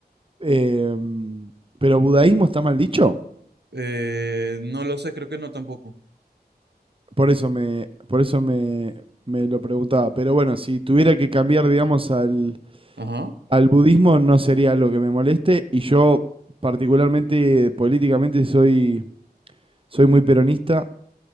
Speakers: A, on the right; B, on the right.
A: Em, pero budaísmo está mal dicho.
B: Eh, no lo sé, creo que no tampoco.
A: Por eso me, por eso me, me lo preguntaba. Pero bueno, si tuviera que cambiar, digamos, al,
B: Ajá.
A: al budismo no sería algo que me moleste y yo particularmente políticamente soy, soy muy peronista,